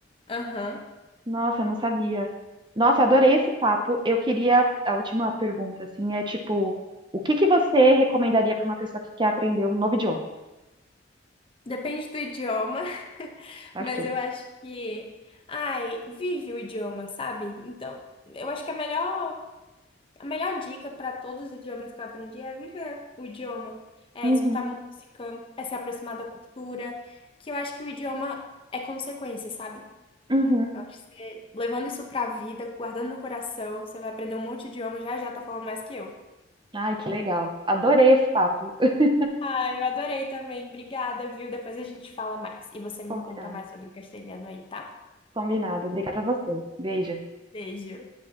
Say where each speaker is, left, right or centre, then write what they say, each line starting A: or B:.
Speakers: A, on the left; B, on the right.
A: Aham.
B: Nossa, eu não sabia. Nossa, eu adorei esse papo. Eu queria a última pergunta, assim, é tipo, o que que você recomendaria para uma pessoa que quer aprender um novo idioma?
A: Depende do idioma, <laughs>
B: Ok.
A: mas eu acho que. Ai, vive o idioma, sabe? Então, eu acho que a melhor A melhor dica para todos os idiomas que eu aprendi é viver o idioma, é
B: Uhum,
A: escutar música, é se aproximar da cultura, que eu acho que o idioma é consequência, sabe?
B: uhum.
A: Eu acho que você, levando isso para a vida, guardando no coração, você vai aprender um monte de idioma, já já tá falando mais que eu.
B: Ai, que legal. Adorei esse papo. <laughs>
A: Ah, eu adorei também. Obrigada, viu? Depois a gente fala mais. E você me
B: Combinado.
A: conta mais sobre o castelhano aí, tá?
B: Combinado. Obrigada a você. Beijo.
A: Beijo.